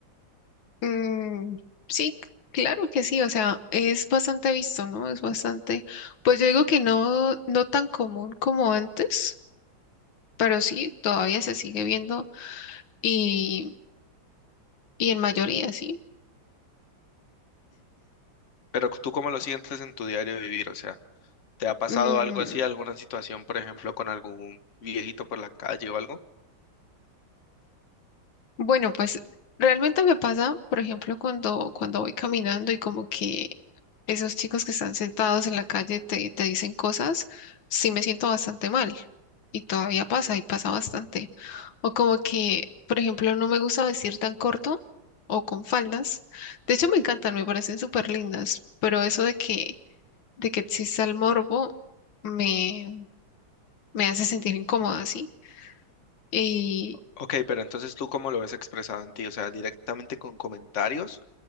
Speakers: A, on the left; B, on the left.
A: mm, sí, claro que sí, o sea, es bastante visto, ¿no? Es bastante, pues yo digo que no, no tan común como antes, pero sí, todavía se sigue viendo y, y en mayoría, sí.
B: Pero tú cómo lo sientes en tu diario vivir, o sea, ¿te ha pasado
A: Mm,
B: algo así, alguna situación, por ejemplo, con algún viejito por la calle o algo?
A: Bueno, pues realmente me pasa, por ejemplo, cuando, cuando voy caminando y como que esos chicos que están sentados en la calle te, te dicen cosas, sí me siento bastante mal. Y todavía pasa, y pasa bastante. O como que, por ejemplo, no me gusta vestir tan corto o con faldas. De hecho, me encantan, me parecen súper lindas, pero eso de que, de que exista el morbo me, me hace sentir incómoda, ¿sí? Y,
B: Ok, pero entonces tú cómo lo ves expresado en ti, o sea, directamente con comentarios